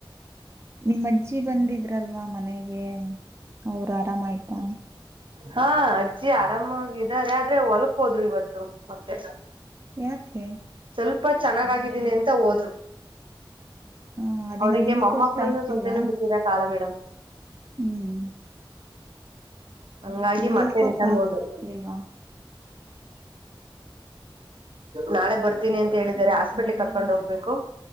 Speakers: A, on the right; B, on the right.
A: ನಿಮ್ಮ್ಜ್ಜಿ ಬಂದಿದ್ರಲ್ವಾ ಮನೆಗೆ ಅವರು ಆರಾಮಾಯ್ತಾ
B: ಹಾ ಅಜ್ಜಿ ಆರಾಮಾಗಿದ್ದಾರೆ ಆದ್ರೆ ಹೊಲ್ಕ್ ಹೋದ್ರು ಇವತ್ತು ಮತ್ತೆ
A: ಯಾಕೆ
B: ಸ್ವಲ್ಪ ಚೆನ್ನಾಗಗಿದ್ದೀನಿ ಅಂತ ಹೋದ್ರು
A: ಹ ಅದೇನೋ
B: ಅವರಿಗೆ
A: ಗ್ಲೂಕೋಸ್
B: ಮೊಮ್ಮಕ್ಕಳನು
A: ಹಾಕ್ತಿಲ್ವಾ
B: ಸತೆೇನ ಬಿಟ್ಟೀರಾ ಕಾಲ ಮೇಡಮ್
A: ಹ್ಮ್
B: ಹಂಗಾಗಿ
A: ಗ್ಲುಕೋಫ್ಯಾಕ್
B: ಮತ್ತೆ ರಿಟರ್ನ್ ಹೋದ್ರು
A: ಇವಾ ಹ
B: ನಾಳೆ ಬರ್ತೀನಿ ಅಂತ ಹೇಳಿದಿದ್ದಾರೆ ಹಾಸ್ಪಿಟ್ಲ್ ಕರ್ಕೊಂಡ್ ಹೋಗ್ಬೇಕು